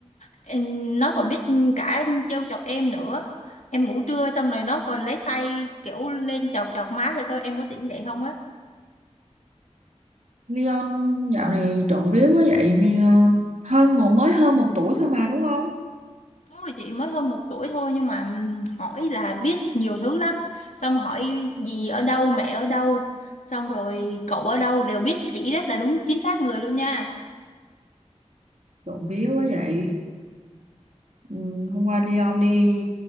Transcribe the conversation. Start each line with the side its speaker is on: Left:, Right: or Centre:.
Left: em, nó còn biết cả trêu chọc em nữa em ngủ trưa xong rồi nó còn lấy tay kiểu lên chọc chọc má thì coi em có tỉnh dậy không á
Right: Leon dạo này trộm vía quá vậy ờ, hơn một mới hơn một tuổi thôi mà đúng không
Left: đúng rồi chị mới hơn một tuổi thôi nhưng mà ừm, hỏi là biết nhiều thứ lắm xong hỏi gì ở đâu mẹ ở đâu xong rồi cậu ở đâu đều biết chỉ rất là đúng chính xác người luôn nha
Right: trộm vía quá vậy ừ, hôm qua Leon đi